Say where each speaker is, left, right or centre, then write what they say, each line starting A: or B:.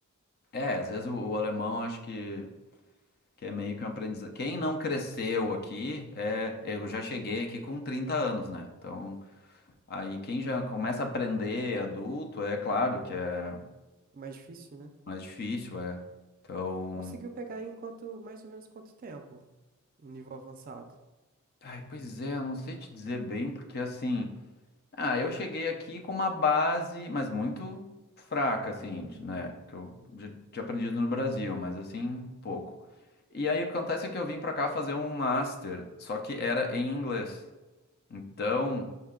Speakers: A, on the left; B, on the right.
A: é, às vezes o, o alemão acho que, que é meio que um aprendizado. Quem não cresceu aqui, é, eu já cheguei aqui com 30 anos, né? Então, aí quem já começa a aprender adulto, é claro que é
B: Mais difícil, né?
A: mais difícil, é. Então,
B: Conseguiu pegar em quanto, mais ou menos quanto tempo? Um nível avançado.
A: ai, pois é, eu não sei te dizer bem, porque assim. Ah, eu cheguei aqui com uma base, mas muito fraca, assim, de- né? Que eu já tinha aprendido no Brasil, mas assim, pouco. E aí o que acontece é que eu vim pra cá fazer um master, só que era em inglês. Então,